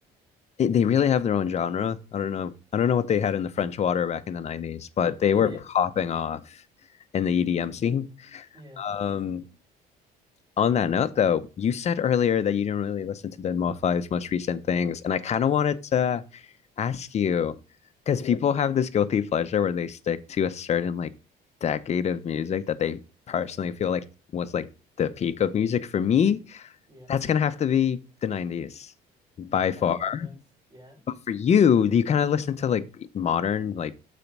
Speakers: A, on the left; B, on the right.
A: they, they really have their own genre. I don't know. I don't know what they had in the French water back in the 90s, but they
B: <laughs>
A: were
B: Yeah.
A: popping off in the EDM scene.
B: Yeah.
A: Um, on that note, though, you said earlier that you didn't really listen to Den Five's most recent things, and I kind of wanted to ask you because
B: Yeah.
A: Yeah. people have this guilty pleasure where they stick to a certain like decade of music that they personally feel like was like the peak of music. For me,
B: Yeah.
A: that's gonna have to be the 90s by far.
B: Oh,
A: Mm.
B: nice. Yeah.
A: But for you, do you kind of listen to like modern like